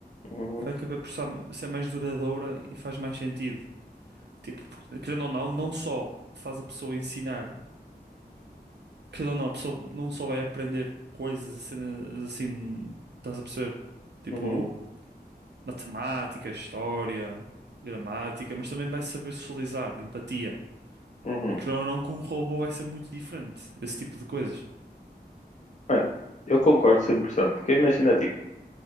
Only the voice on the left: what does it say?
Uhum,
uhum,
uhum.
Olha, eu concordo 100%, porque imagina, tipo,